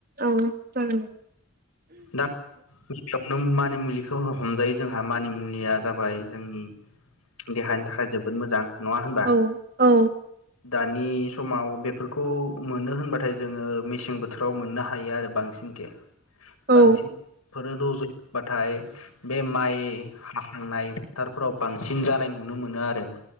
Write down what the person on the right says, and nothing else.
औ जागोन दे
औ औ
औ